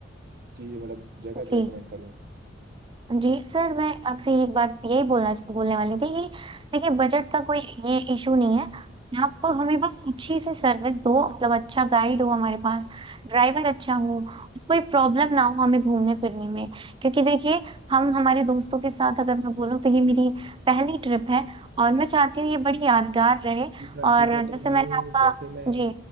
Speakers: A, on the right; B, on the right.
A: चीज मतलब जगह
B: जी
A: रेकमेंड करूँ
B: जी सर मैं आपसे एक बात यही बोलना बोलने वाली थी कि देखिए बजट का कोई ये इशू नहीं है आप हमें बस अच्छी सी सर्विस दो मतलब अच्छा गाइड हो हमारे पास ड्राइवर अच्छा हो कोई प्रॉब्लम ना हो हमें घूमने फिरने में क्योंकि देखिए हम हमारे दोस्तों के साथ अगर मैं बोलूँ तो ये मेरी पहली ट्रिप है और मैं चाहती हूँ ये बड़ी यादगार रहे
A: ठीक है मैम
B: और
A: ठीक है
B: जैसे
A: तो मैम
B: मैंने आपका
A: जैसे मैं
B: जी